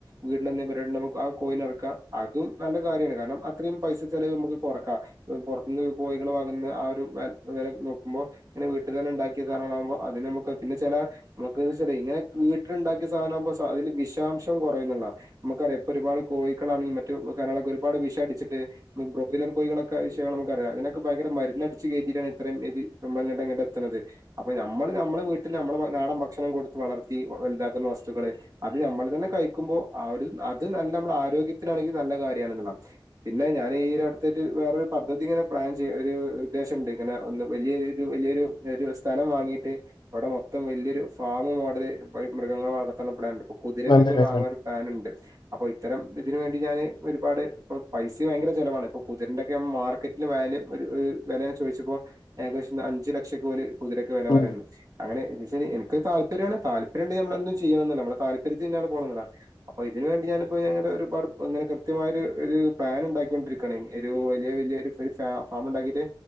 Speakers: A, on the right; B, on the left.
A: വീട്ടിലെന്തേലും പരിപാടി ണ്ടാകുമ്പോ ആ കോയിനേ അറക്കാ അതും നല്ല കാര്യാണ് കാരണം അത്രേം പൈസ ചെലവ് നമ്മക്ക് കൊറക്കാം പൊറത്തുന്ന് കോഴികളെ വാങ്ങുന്ന ആ ഒരു വ വെല നോക്കുമ്പോ ങ്ങനെ വീട്ട് തന്നെ ണ്ടാക്കിയ സാനങ്ങളാകുമ്പോ അതിന് നമ്മക്ക് പിന്നെ ചെല നമുക്കെന്താച്ചാലേ ഇങ്ങനെ വീട്ടില്ണ്ടാക്കിയ സാനാകുമ്പോ സ അതില് വിഷാംശം കുറയുംന്നിള്ളതാ നമ്മക്കറിയാം ഇപ്പൊ ഒരുപാട് കോഴിക്കളാണെലും മറ്റേ കാരാളൊക്കെ ഒരുപാട് വിഷടിച്ചിട്ട് ബ്രോയിലർ കോഴികളൊക്കെ വിഷയങ്ങള് നമ്മക്കറിയാം അയിനൊക്കെ ഭയങ്കര മരുന്നടിച്ച് കേറ്റിട്ടാണ് ഇത്രേം ഏറ്റി ഞമ്മളെങ്ങട്ട് ഇങ്ങട്ട് എത്തണത് അപ്പൊ ഞമ്മള് ഞമ്മളെ വീട്ടില് ഞമ്മളെ നാടൻ ഭക്ഷണം കൊടുത്ത് വളർത്തി വല്താക്കുന്ന വസ്തുക്കള് അത് ഞമ്മളതന്നെ കഴിക്കുമ്പോ ആട് അത് നമ്മള് തന്നെ കയ്ക്കുബൊൾ അത് ആരോഗ്യത്തിനാണെങ്കി നല്ല കാര്യാണ് ന്ന്ള്ളേണ് പിന്നെ ഞാനി ഒരു അടുത്തട്ട് വേറൊരു പദ്ധതി ഇങ്ങനെ പ്ലാൻ ചെയ ഒരു ഉദ്ദേശണ്ട് ഇങ്ങനെ ഒന്ന് വല്യരു വല്യൊരു ഒരു സ്ഥലം വാങ്ങീട്ട് അവിടെ മൊത്തം വല്യൊരു ഫാമു മോഡല് മൃഗങ്ങളളെ വളർത്താനൊരു പ്ലാനിണ്ട് പ്പൊ കുതിരനൊക്കെ
B: നല്ല കാര്യമാണ്
A: വാങ്ങാ പ്ലാനിണ്ട് അപ്പൊ ഇത്തരം ഇതിന് വേണ്ടി ഞാന് ഒരുപാട് ഇപ്പ പൈസിം ഭയങ്കര ചെലവാണ് ഇപ്പൊ കുതിരന്റെക്കെ മാർക്കറ്റ് വാല്യൂ ഒരു വെല ചോയിച്ചപ്പോ ഏകദേശം അഞ്ചു ലക്ഷക്കെ ഓല് കുതിരക്ക് വെല
B: ഉം,
A: പറയുന്നത് അങ്ങനെച്ചല് ഇൻക് താല്പര്യാണ് താല്പര്യണ്ടേ നമ്മളെന്തും ചെയ്യണം ന്നല്ലേ നമ്മളെ താല്പ ര്യത്തിനാണ് പോണങ്ങനെ അപ്പ ഇതിന് വേണ്ടി ഞാനിപ്പോ അങ്ങനെ ഒരുപാട് ഇങ്ങനെ കൃത്യമായ ഒരു ഒരു പ്ലാൻ ണ്ടാക്കൊണ്ടിരിക്കാണ് ഒരു വല്യ വല്യൊരു ഒരു ഫ ഫാം ണ്ടാക്കിട്ട്